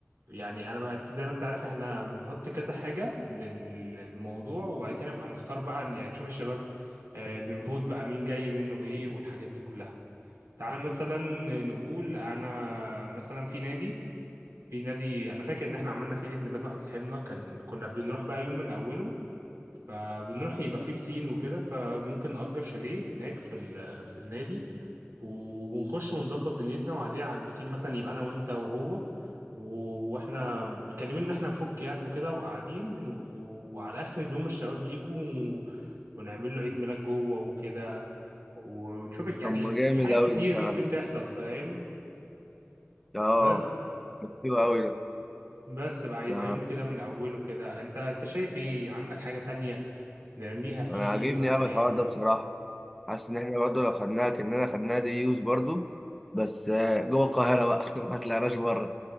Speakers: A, on the right; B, in the centre.
A: يعني انا بقى انت زي ما انت عارف احنا بنحط كذا حاجة لل- للموضوع وبعد كده نبقى نختار بقى عن- يعني نشوف الشباب آه بنفوت بقى مين جاي منه ايه والحاجات دي كلها تعالى مثلا نقول انا مثلا في نادي في نادي انا فاكر ان احنا عملنا فيه عيد ميلاد واحد صاحبنا كان كنا بنروح بقى يوم من اوله فبنروح يبقى فيه بسين وكده فممكن نأجر شاليه هناك في ال... في النادي وبنخش ونظبط دنيتنا وقاعدين على البسين مثلا يبقى انا وانت وهو و- واحنا مكلمين ان احنا نفك يعني وكده وقاعدين و... وعلى اخر اليوم الشباب بيجوا و... ونعمل له عيد ميلاد جوه وكده ونشوف يعني
B: طب ما جامد
A: في حاجات
B: أوي
A: كتير
B: ده فعلا
A: ممكن تحصل فاهم
B: اه
A: بس
B: ده حلو أوي ده
A: بس بقى يبقى
B: ده
A: يوم كده من اوله كده انت انت شايف ايه عندك حاجة تانية نرميها فيه
B: أنا عاجبني
A: ولا
B: أوي
A: ايه
B: الحوار ده بصراحة حاسس ان احنا برضه لو خدناها كاننا خدناها دي يوز برضه بس آه، جوه القاهره بقى <laughs> ما طلعناش بره